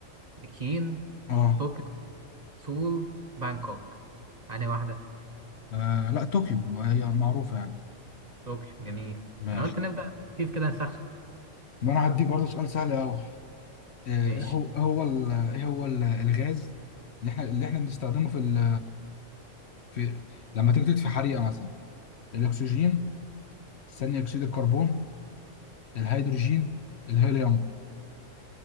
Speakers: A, on the right; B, on the left.
A: بكين
B: اه
A: طوكيو سول بانكوك أنهي واحدة
B: آه، لا طوكيو هي معروفه يعني
A: طوكيو جميل
B: ماشي
A: انا قلت نبدأ خفيف كده نسخن
B: ما انا هديك برضه سؤال سهل قوي ايه
A: ماشي
B: هو إيه هو ال- ايه هو ال- الغاز اللي احنا اللي احنا بنستخدمه في ال... في لما تيجي تطفي حريقه مثلا الاكسجين ثاني اكسيد الكربون الهيدروجين الهيليوم